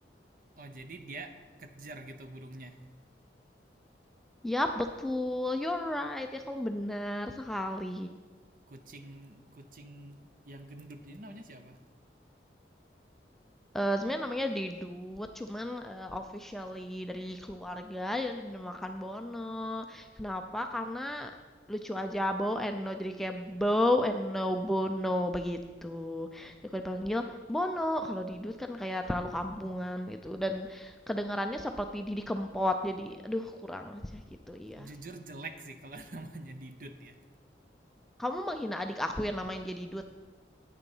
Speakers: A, on the right; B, in the centre.
A: Oh jadi dia kejar gitu burungnya.
B: Yap, betul. You're right. Ya, kamu benar sekali.
A: Kucing kucing yang gendut ini namanya siapa?
B: Eee, sebenarnya namanya Didut, cuman, eee, officially dari keluarga ya dinamakan Bono. Kenapa? Karena lucu aja, Bow and No, jadi kayak Bow and No Bono begitu. Jadi kalau dipanggil Bono, kalau Didut kan kayak terlalu kampungan gitu dan kedengarannya seperti Didi Kempot, jadi aduh kurang aja gitu, iya.
A: Jujur jelek sih kalau <laughs> namanya Didut ya.
B: Kamu menghina adik aku yang namain dia Didut?